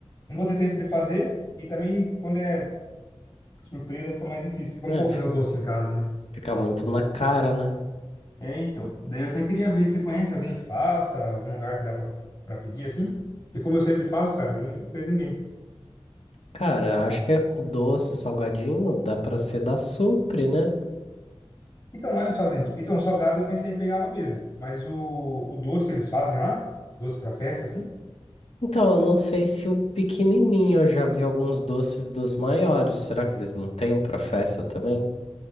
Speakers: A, on the left (about 40°); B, on the left (about 80°).
A: não vou ter tempo de fazer e também quando é surpresa fica mais difícil, porque como
B: É,
A: que eu vou fazer o doce em casa, né?
B: fica muito na cara, né?
A: É, então. Daí eu até queria ver se conhece alguém que faça, algum lugar que dá pra, pra pedir assim. Porque como eu sempre faço, cara, eu não, não conheço ninguém.
B: Cara, acho que o doce, o salgadinho, dá pra ser da Supre, né?
A: Então lá eles fazem. Então salgado eu pensei em pegar lá mesmo, mas o, o doce eles fazem lá, doce pra festa assim.
B: Então, eu não sei se o pequenininho, eu já vi alguns doces dos maiores. Será que eles não têm pra festa também?